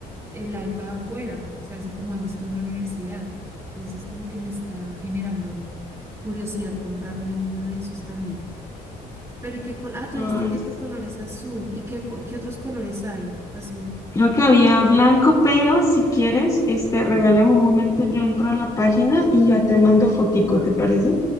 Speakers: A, on the right; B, on the left.
A: el iPad afuera, o sea, así como haces tú en la universidad. Entonces, como que me está generando curiosidad comprarme uno de esos también. Pero, ¿y qué col Ah, tú
B: Ay,
A: dijiste que
B: sí.
A: tu color es azul. ¿Y qué, co- qué otros colores hay? Así,
B: Creo que había blanco, pero si quieres, este, regálame un momento, yo entro a la página y ya te mando fotico, ¿te parece?